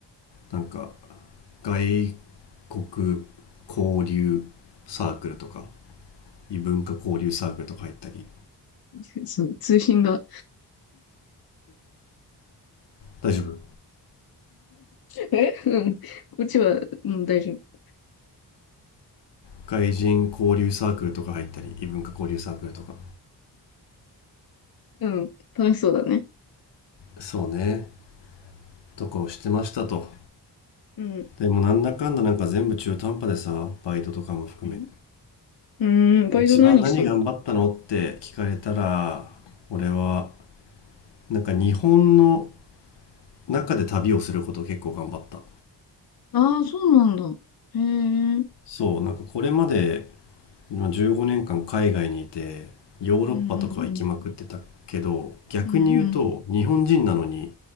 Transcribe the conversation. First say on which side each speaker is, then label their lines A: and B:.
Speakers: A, on the left; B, on the left.
A: なんか外国交流サークルとか
B: 通
A: 異文化交流サークルとか入ったり
B: 信そう、通信が。
A: 大丈夫
B: えうん。こっちは、うん、大丈夫。
A: 外人交流サークルとか入ったり異文化交流サークルとか
B: うん。楽しそうだね。
A: そうねとかをしてましたと
B: うん。
A: でもなんだかんだなんか全部中途半端でさバイトとかも含め
B: うん。うーん、バイト何したの
A: 一番何頑張ったのって聞かれたら俺はなんか日本の中で旅をすることを結構頑張った
B: ああー、そうなんだ。へえ。うん
A: そうなんかこれまでまあ15年間海外にいてヨーロッパとかは行きまくってたけど逆に言うと日本人なのに
B: うんうん。うんうん。